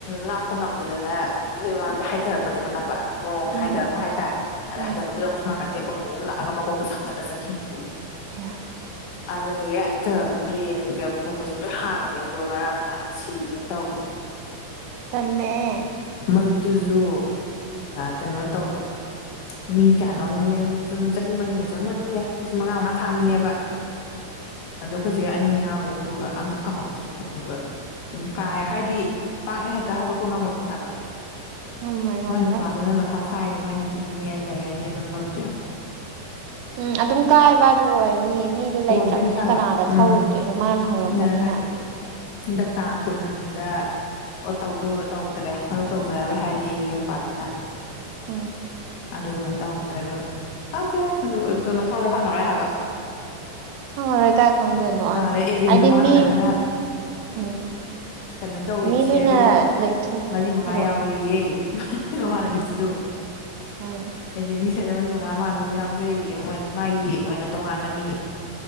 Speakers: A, on the left; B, on the right.
A: ꯉꯥꯛꯄ ꯉꯝꯗꯅ ꯒꯥꯔꯤ ꯃꯃꯥꯡꯗ ꯍꯥꯏꯊꯔꯛꯄꯅꯦꯕ ꯂꯥꯞꯕ ꯂꯣꯡꯅ
B: ꯎꯝ
A: ꯍꯥꯏꯊꯔꯛꯄ ꯍꯥꯏꯇꯥꯔꯦ ꯑꯗ
B: ꯎꯝ
A: ꯍꯟꯗꯔꯛꯄꯨꯗ ꯑꯃꯨꯛ ꯁꯣꯝꯅꯥꯀꯟꯗ ꯑꯣꯇꯣ ꯑꯃ ꯂꯥꯛꯑꯒ ꯃꯀꯣꯛꯇ ꯁꯝꯗꯠꯂ ꯆꯠꯈꯤꯕꯅꯦꯃꯤ
B: ꯑꯌꯥ
A: ꯑꯗꯨꯒꯤ ꯍꯦꯛꯇ ꯕ꯭ꯔꯦꯟꯒ ꯀꯣꯛꯀꯁꯨ ꯂꯣꯏ ꯍꯥꯡꯉꯤꯅꯦ ꯑꯗꯣ ꯉꯔꯥꯡ ꯅꯍꯥꯟ ꯁꯤꯌꯦꯅ ꯇꯧꯈꯤ
B: ꯇꯜꯂꯦꯍꯦ
A: ꯃꯔꯨꯞꯇꯨꯖꯨ ꯀꯩꯅꯣ ꯇꯧꯕ ꯃꯤ ꯀꯌꯥꯅꯣ ꯁꯨꯝ ꯆꯍꯤ ꯃꯔꯤꯃꯨꯛ ꯆꯪꯕꯅꯤꯅꯦ ꯂꯤꯁꯤꯡ ꯃꯉꯥ ꯃꯉꯥ ꯊꯥꯡꯕꯤꯅꯦꯕ ꯑꯗꯣ ꯑꯩꯈꯣꯏ ꯆꯦ ꯑꯅꯤ ꯌꯥꯎꯔꯦ ꯑꯗꯨꯒ ꯑꯝꯇ ꯐꯪꯍꯧꯗ꯭ꯔꯤ ꯑꯗꯨꯒ ꯑꯗꯨ ꯎꯝ ꯀꯥꯏ ꯍꯥꯏꯗꯤ ꯄꯥꯛꯅ ꯍꯦꯛꯇ ꯍꯧꯒꯠꯄ ꯉꯝꯃꯣꯏꯗꯣꯏꯅꯦ ꯍꯥꯏꯕ
B: ꯉꯝꯃꯣꯏ ꯉꯝꯃꯔꯣꯏ
A: ꯃꯥꯏ ꯅꯨꯄꯥꯗꯨꯅ ꯁꯥꯏꯅꯤ ꯃꯥꯏ ꯅꯨꯄꯤꯒꯤꯅꯦꯅ ꯂꯩꯔꯅꯤ ꯑꯗꯨꯝ ꯃꯔꯨꯞꯇꯨ ꯌꯦꯡꯉꯣ
B: ꯎꯝ ꯑꯗꯨꯝ ꯀꯥꯏꯕ ꯍꯥꯏꯗꯣ ꯑꯣꯏꯔꯅꯤ ꯃꯤ ꯑꯗꯨ ꯂꯩꯇ꯭ꯔꯕꯅꯤꯅ
A: ꯑꯣꯏꯗꯣꯏꯅꯦ ꯍꯥꯏꯕ
B: ꯀꯅꯥꯗ
A: ꯎꯝ
B: ꯊꯧꯔꯨꯗꯣꯏꯅꯣ ꯃꯥꯅ ꯍꯧꯔꯝꯕꯅꯤꯅ
A: ꯅ ꯍꯥꯏꯁꯦ ꯍꯟꯗꯛ ꯇꯥꯡ ꯀꯨꯟꯗ ꯑꯣꯠ ꯇꯧꯗꯨ ꯇꯧꯗ꯭ꯔꯦ ꯃꯔꯨꯞ ꯇꯧꯖꯔꯔꯣꯏ ꯍꯥꯏꯔꯛꯑꯦ ꯌꯦ ꯅꯨꯄꯥꯗꯨꯅ
B: ꯎꯝ
A: ꯑꯗꯨ ꯇꯧꯗ꯭ꯔꯦ ꯑꯗꯨꯝ ꯈꯪꯗꯦꯗ ꯃꯊꯣꯡ ꯃꯔꯝ ꯈꯪꯉꯔꯣꯏ ꯍꯥꯏꯕ
B: ꯈꯪꯉꯔꯣꯏ ꯀꯥꯏ ꯈꯪꯗꯣꯏꯅꯣ
A: ꯑꯗꯩ ꯑꯦꯖꯦꯟꯁꯨ
B: ꯍꯥꯏꯗꯤ
A: ꯃꯥꯅ
B: ꯃꯤ
A: ꯑꯣꯏꯔꯕꯅꯤꯅ
B: ꯎꯝ
A: ꯀꯩꯅꯣ ꯇꯧꯋꯦ
B: ꯃꯤꯗꯨꯅ
A: ꯁꯤꯌꯔꯗꯣ
B: ꯂꯩꯊꯣꯛ
A: ꯃꯔꯤ ꯃꯉꯥ
B: ꯍꯥꯏꯔꯛꯑꯣ
A: ꯌꯥꯎꯋꯦꯌꯦ
B: ꯎꯝ
A: ꯃꯃꯥꯟꯅꯕꯤꯗꯨꯁꯨ
B: ꯎꯝ
A: ꯑꯦꯖꯦꯟꯒꯤꯁꯔꯗ ꯃꯔꯤ ꯃꯉꯥ ꯃꯥꯟ ꯑꯗꯨꯝ ꯌꯥꯎꯖꯩ ꯃ ꯃꯥꯒꯤ ꯑꯣꯏꯅ ꯇꯣꯡꯉꯥꯟꯅ ꯃꯤ